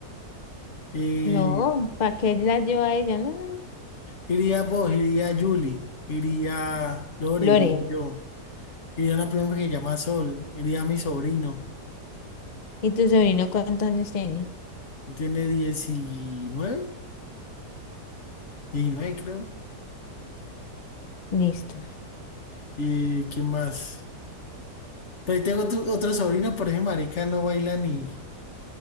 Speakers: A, on the left (about 45°); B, on the left (about 80°).
A: Eh,
B: No, ¿para qué la llevo a ella? No, no, no.
A: iría vos, iría Julie, iría Lore,
B: Lore,
A: iría yo, iría una prima que se llama Sol, iría mi sobrino,
B: ¿y tu sobrino cuántos años tiene?
A: tiene diecinueve 19 creo.
B: Listo.
A: ¿Y quién más? Pero ahí tengo otro, otro sobrino, por ejemplo, marica no baila ni,